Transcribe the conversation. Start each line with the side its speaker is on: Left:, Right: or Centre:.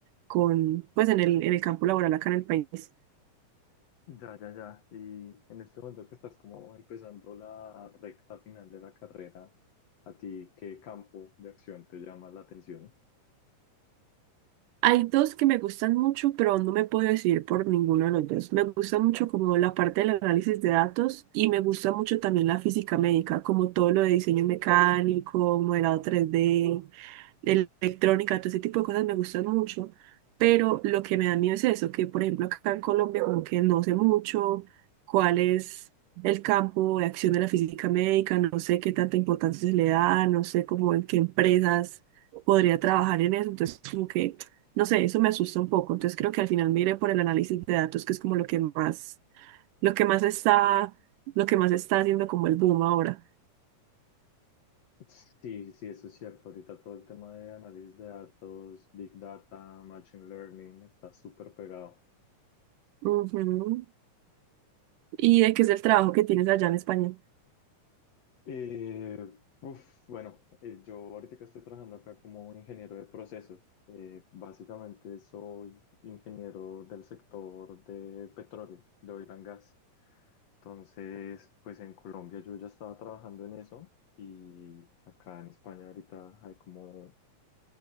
Right: con, pues en el, en el campo laboral acá en el país.
Left: Ya, ya, ya. Y en este momento que estás como empezando la recta final de la carrera, ¿a ti qué campo de acción te llama la atención?
Right: Hay dos que me gustan mucho, pero no me puedo decidir por ninguno de los dos. Me gusta mucho como la parte del análisis de datos y me gusta mucho también la física médica, como todo lo de diseño mecánico, modelado 3D de electrónica, todo ese tipo de cosas me gustan mucho, pero lo que me da miedo es eso, que por ejemplo acá en Colombia como que no sé mucho cuál es el campo de acción de la física médica, no sé qué tanta importancia se le da, no sé cómo en qué empresas podría trabajar en eso, entonces como que, no sé, eso me asusta un poco, entonces creo que al final mire por el análisis de datos, que es como lo que más, lo que más está, lo que más está haciendo como el boom ahora.
Left: Sí, sí, eso es cierto. Ahorita todo el tema de análisis de datos, big data, machine learning está súper pegado.
Right: Ujú. ¿Y de qué es el trabajo que tienes allá en España?
Left: Eh, uf, bueno, eh, yo ahorita que estoy trabajando acá como ingeniero de procesos, eh, básicamente soy ingeniero del sector de petróleo, de oil and gas. Entonces, pues en Colombia yo ya estaba trabajando en eso y acá en España ahorita hay como